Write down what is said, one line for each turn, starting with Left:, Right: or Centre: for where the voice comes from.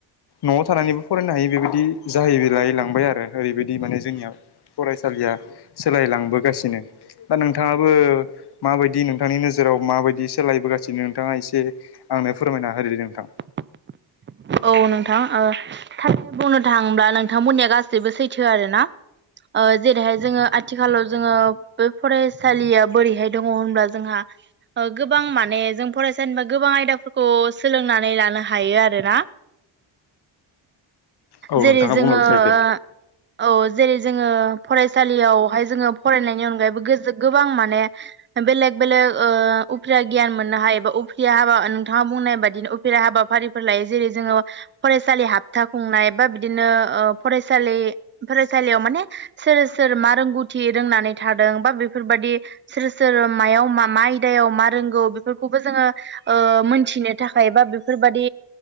Left: न'आव थानानैबो फरायनो हायो बेबायदि जाहैलायै लांबाय आरो ओरैबायदि बि माने जोंनियाव फरायसालिया सोलायलांबोगासिनो दा नोंथाङाबो माबायदि नोंथांनि नोजोराव माबायदि सोलायबोगासिनो नोंथाङा एसे आंनो फोरमायना हो दे नोंथां
Right: <inaudible> औ नोंथां ओ थारैनो बुंनो थाङोब्ला नोंथांमोननिया गासैबो सैथो आरो ना ओ जेरैहाय जोङो आथिखालाव जोङो बे फरायसालिया बोरैहाय दङ होनब्ला जोंहा गोबां माने जों फरायसालिनिफ्राय गोबां आयदाफोरखौ सोलोंनानै लानो हायो आरोना
Left: औ
Right: जेरै
Left: नोंथाङा
Right: जोङो
Left: बुंलांबाय
Right: ओ
Left: थादो दे
Right: औ जेरै जोङो फरायसालियावहाय जोङो फरायनायनि अनगायैबो गोबां माने बेलग बेल उफ्रि गिय मोननो हायो एा उफ्रिया हाबा नोंथाङा बुंनाय बाददिनो उफ्रिया हाबाफारिफोर लायो जेरै- जोङो फरायसालि हाबथा बुंनाय बा बिदिनो फरायसालि फरायसालियाव माने- सोर सोर मा रोंगौथि रोंनानै थादों बा बेफोरबादि सोर सोर मायाव मा मा आयदायाव मा रोंगौ बेफोरखौबो जोङो मोनथिनो थाखाय बा बेफोरबादि